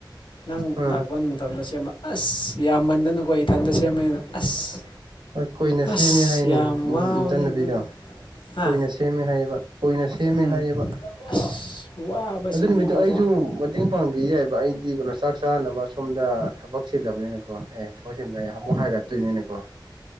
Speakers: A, on the left; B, on the right.
A: ꯅꯪ
B: ꯎꯝ
A: ꯂꯥꯛꯄ ꯃꯇꯝꯗ ꯁꯦꯝꯕ ꯑꯁ ꯌꯥꯝꯃꯟꯗꯅꯀꯣ ꯏꯊꯟꯇ ꯁꯦꯝꯕꯅꯤꯅ ꯑꯁ
B: ꯍꯣꯏ ꯀꯨꯏꯅ
A: ꯑꯁ
B: ꯁꯦꯝꯃꯦ ꯍꯥꯏꯅꯦ
A: ꯌꯥꯝ ꯋꯥꯕꯅꯦ
B: ꯏ ꯆꯠꯅꯕꯤꯗꯣ
A: ꯑꯗꯨꯅ ꯍꯥ
B: ꯀꯨꯏꯅ ꯁꯦꯝꯃꯦ ꯍꯥꯏꯌꯦꯕ ꯀꯨꯏꯅ ꯁꯦꯝꯃꯦ
A: ꯎꯝ
B: ꯍꯥꯏꯌꯦꯕ
A: ꯑꯁ ꯋꯥꯕꯁꯤꯗꯤꯕꯀꯣ
B: ꯑꯗꯨ ꯅꯨꯃꯤꯠꯇꯣ ꯑꯩꯁꯨ ꯃꯇꯦꯡ ꯄꯥꯡꯕꯤ ꯌꯥꯏꯕ ꯑꯗꯣ ꯑꯩꯗꯤ ꯀꯩꯅꯣ ꯆꯥꯛ ꯆꯥꯅꯕ ꯁꯣꯝꯗ ꯊꯕꯛ ꯁꯤꯜꯂꯕꯅꯤꯅꯀꯣ ꯑꯦ ꯊꯕꯛ ꯁꯤꯟꯕ ꯑꯩ ꯑꯃꯨꯛ ꯍꯥꯏꯒꯠꯇꯣꯏꯅꯤꯅꯀꯣ